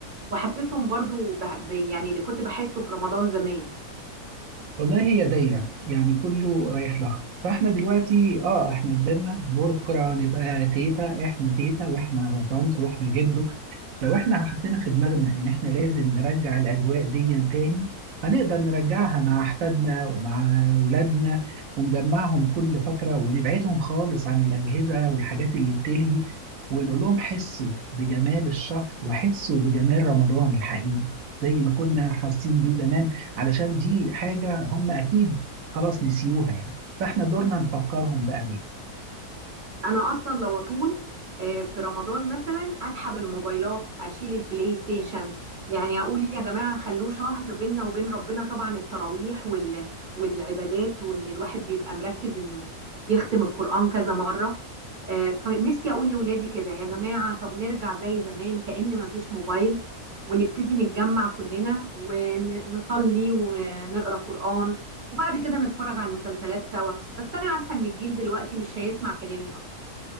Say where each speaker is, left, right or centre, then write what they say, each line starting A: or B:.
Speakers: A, on the right; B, on the right.
A: واحسسهم برضو ب... ب- يعني اللي كنت بحسه في رمضان زمان
B: والله هي دايرة يعني كله رايح لها فاحنا دلوقتي اه احنا كبرنا بكرة نبقى تيتا احنا تيتا واحنا طنط واحنا جدو لو احنا حطينا في دماغنا ان احنا لازم نرجع الاجواء دي تاني هنقدر نرجعها مع احفادنا ومع اولادنا ونجمعهم كل فترة ونبعدهم خالص عن الاجهزة والحاجات اللي بتلهي ونقول لهم حسوا بجمال الشهر وحسوا بجمال رمضان الحقيقي زي ما كنا حاسين بيه زمان علشان دي حاجة هم أكيد خلاص نسيوها يعني فإحنا دورنا نفكرهم بقى بيها
A: انا اصلا لو اطول آه، في رمضان مثلا اسحب الموبايلات اشيل البلاي ستيشن يعني اقول يا جماعه خلوه شهر بيننا وبين ربنا طبعا التراويح وال... والعبادات وان الواحد بيبقى مركز انه يختم القران كذا مره آه، فنفسي اقول لاولادي كده يا جماعه طب نرجع زي زمان كأن ما فيش موبايل ونبتدي نتجمع كلنا ونصلي ونقرا قران وبعد كده نتفرج على المسلسلات سوا بس انا عارفه ان الجيل دلوقتي مش هيسمع كلامي اصلا